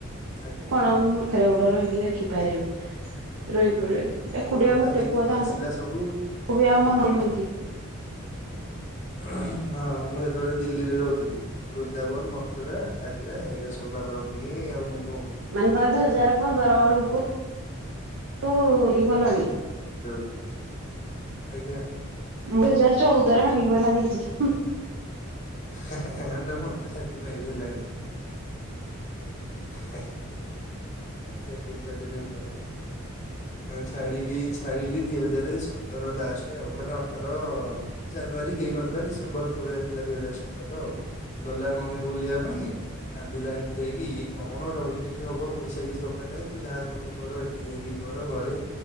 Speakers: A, on the left; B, on the right.
A: ଆଜ୍ଞା।
B: କଣ ପାଖରେ ଗୋଟେ ରହିକି ଦେଖିପାରିବେ। ରହି ଏକୁଟିଆ
A: ଗଲା
B: ଗୋଟେ
A: ଦେଖିକି
B: ପୁଅ ତାଙ୍କୁ
A: ଆସିଲା ସବୁ
B: ବି ଆଉ ମନେ ହଉକିି?
A: ହଁ ମୁଁ ସେତେବେଳେ ଦିଲ୍ଲ ରେ ରହୁଥିଲି ବୃନ୍ଦାବନ ମଥୁରା ଆଗ୍ରା ଏଇଟା ସବୁ ବାବାଁ ଆଉ ମୁଁ
B: ମାନେ ତମେ ଦୁଇ ହଜାର ପନ୍ଦର ବେଳକୁ କୁ ଇ ଗଲଣି।
A: ଆଜ୍ଞା।
B: ମୁଁ ଦୁଇ ହଜରେ ଚଉଦ ରେ ମାଟ୍ରିକ ପରୀକ୍ଷା ଦେଇଛି।
A: ହେଁ ହେଁ ନା ମତେ ଥାର୍ଟି ଫାଇଭ ହେଲାଣି। ହ ହ ଚାକରି କରିଲିିଲି ତମେ ଛାଡିକି ଛାଡିଲି ଦି ହଜାର ସତର ଲାଷ୍ଟ ଆଉ ମାନେ ଅଠର ଜାନୁଆରୀ ହେଇନଥିଲା ଡିସେମ୍ବର ଭଳିଆ ଥିଲା ଦିଇ ହଜାର ସତର ଆଉ ଗଲା ମମି ବୁଲିବା ପାଇଁ କାନ୍ଦିଲା ହେଠି ଯାଇକି ଇଏ କଣ ରହିକି ଏଠି ହବ ପଇସା କିଛି ଦରକାର ନାହିଁ ତୁ ଯାହା କରୁଛୁ କର ହେଠି ଯାଇକି ତୋର ଘରେ